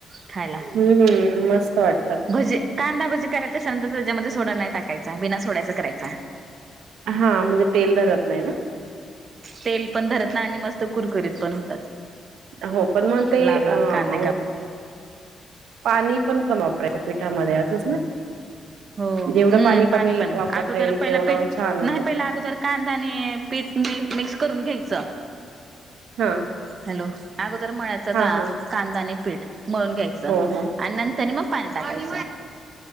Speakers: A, on the right; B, on the right.
A: खायला
B: हम्म मस्त वाटतात
A: भजे कांदा भजे. करत असाल तर त्याच्यामध्ये सोडा नाही टाकायचा बिना सोडायचा करायचा.
B: हा म्हणजे तेल धरत नाही ना.
A: तेल पण धरत नाही आणि मस्त कुरकुरीत पण होतात.
B: हो पण मग ते
A: लांब
B: अ
A: लांब कांदे
B: अ.
A: काप
B: पाणी पण कम वापरायचं पिठामध्ये असंच ना.
A: हो हम्म
B: जेवढं
A: पाणी
B: कमी
A: पण
B: वापरता
A: अगोदर
B: येईल
A: पहिला
B: तेवढं
A: प
B: छान होतं
A: नाही पहिला अगोदर कांदा आणि पीठ म मिक्स करून घ्यायचं.
B: ''हां''
A: हॅलो अगोदर मळायच का
B: हां
A: कांदा आणि पीठ मळून घ्यायचं
B: हो हो
A: आणि नंतर मग. पाणी टाकायचं.